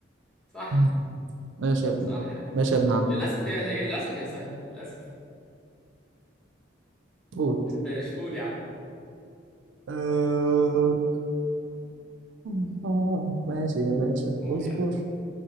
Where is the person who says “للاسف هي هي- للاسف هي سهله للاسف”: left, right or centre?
Centre